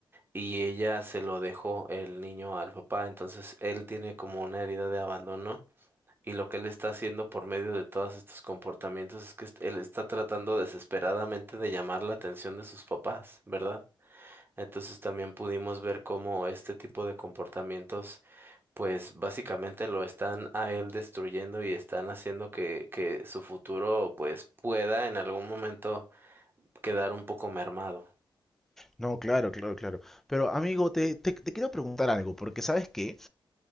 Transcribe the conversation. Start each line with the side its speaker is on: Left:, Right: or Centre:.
Right: y ella se lo dejó el niño al papá, entonces él tiene como una herida de abandono y lo que él está haciendo por medio de todos estos comportamientos es que est- él está tratando desesperadamente de llamar la atención de sus papás, ¿verdad? Entonces también pudimos ver cómo este tipo de comportamientos pues básicamente lo están a él destruyendo y están haciendo que, que su futuro pues pueda en algún momento quedar un poco mermado.
Centre: No, claro, claro, claro. Pero amigo, te, te, te quiero preguntar algo, porque sabes que